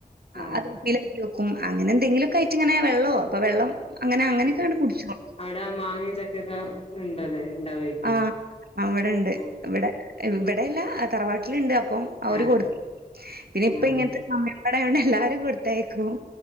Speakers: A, on the left; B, on the right.
A: ആഹ്
B: അത് കുപ്പിയിലാക്കി വക്കും ഉം അങ്ങനെ എന്തെങ്കിലൊക്ക കഴിച്ച് ഇങ്ങനെ വെള്ളവോ ഇപ്പോ വെള്ളം അങ്ങനെ അങ്ങനെയൊക്കെയാണ്
A: ഉം
B: കുടിച്ചോളും
A: അവിടെ മാങ്ങയും, ചക്കയൊക്കെ ഉണ്ടല്ലേ ഉണ്ടാവായിരിക്കുല്ലേ
B: ആ അവിടെണ്ട്
A: ആഹ്
B: ഇവിടെ ഇവിടെയല്ല തറവാട്ടിലുണ്ട് അ പ്പം അവര്
A: ആഹ്
B: കൊടുത്ത് പിന്നെ ഇപ്പ
A: ആഹ്
B: ഇങ്ങനത്തെ <unintelligible> എല്ലാരും കൊടുത്തയക്കും